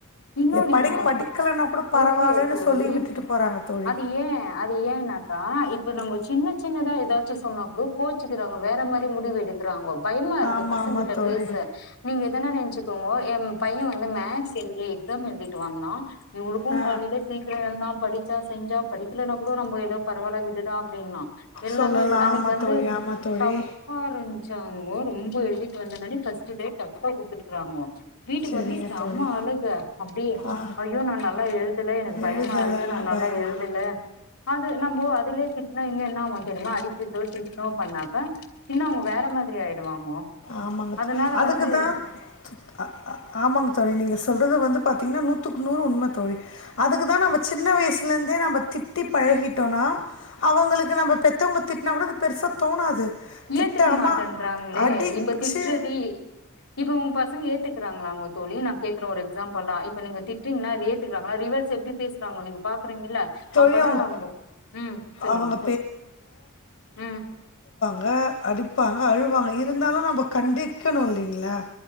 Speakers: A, on the left; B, on the left.
A: இன்னொன்னு
B: ஏ படி
A: என்ன
B: படிக்கலன்னா கூட பரவாயில்லைன்னு
A: ஓகே தோழி
B: சொல்லி விட்டுட்டு தோழி
A: அது ஏன் அது ஏனாக்கா இப்ப நம்ம சின்ன சின்னதா ஏதாச்சு சொன்னா கூட கோச்சுக்குறாங்க வேற மாரி முடிவு எடுக்குறாங்க பயமா இருக்கு
B: ஆமாம்
A: பசங்கிட்ட
B: ஆமாம் தோழி
A: பேச நீங்க எதன நெனச்சுக்கோங்கோ என் பைய வந்து மேக்ஸ் இந்தி எக்ஸாம் எழுதிட்டு வாங்னா இவளுக்கும
B: ஆ
A: காலயில சீக்கிர எழுதான் படிச்சான் செஞ்சான் படி இல்ன கூட நம்ம எதப் பரவாயில்ல விடுடா அப்டின்னா எல்லாமே
B: சொல்லலாம்
A: அன்னக்கு
B: ஆமாம்
A: வந்து
B: தோழி ஆமாம் தோழி
A: டஃபா இருஞ்சா ரொம்ப எழுதிட்டு வந்தனே ஃபர்ஸ்ட் டேட் டஃப்பா குடுத்துட்டு இருக்கறாங்க வீட்டுக்கு
B: சரிங்க
A: வந்து செம
B: தோழி
A: அழுக அப்டியே
B: ஆ
A: ஐயோ நா நல்லா எழுதல எனக்கு பயமா
B: எழுதலைன்னு
A: இருக்கு நா நல்லா
B: பயம்
A: எழுதல அது நம்போ அதுலே திட்னா இன்னு என்னாவு தெரிமா அடிக்கதோ திட்னோ பண்ணாக்கா இன்னு அவங்க வேற மாதிரி ஆயிடுவாங்கோ
B: ஆமாங்க
A: அதனால
B: தோ- அதுக்கு
A: வந்து
B: தான் து- ஆ- ஆமாங்க தோழி நீங்க சொல்றது வந்து பாத்தீங்கன்னா நூத்து நூறு உண்மை தோழி அதுக்குதா நம்ம சின்ன வயசு இப்பல்லந்தே நம்ப திட்டி பழகிட்டோனா அவங்களுக்கு நம்ம பெத்தவங்க திட்னா கூட அது பெருசா தோணாது திட்டாமல்
A: ஏத்துக்க மாட்டேன்றாங்களே
B: அடித்து
A: இப்ப திட்றதி இப்ப உங் பஸ் து ஏத்துக்கறாங்களா தோழி நா கேக்குற ஒரு எக்ஸாம்புளா இப்ப நீங்க திட்றீங்கனா ஏத்துக்குறாங்களா ரிவர்ஸ் எப்டி பேசுறாங்க நீங்க பாக்குறீங்கல
B: தோழி
A: அப்பல்லா
B: அவங்க
A: நம்ப உம் சொல்லுங்க
B: அவங்க
A: உம்
B: க அடிப்பாங்க அழுவாங்க இருந்தாலும் நம்ப கண்டிக்கணும் இல்லிங்களா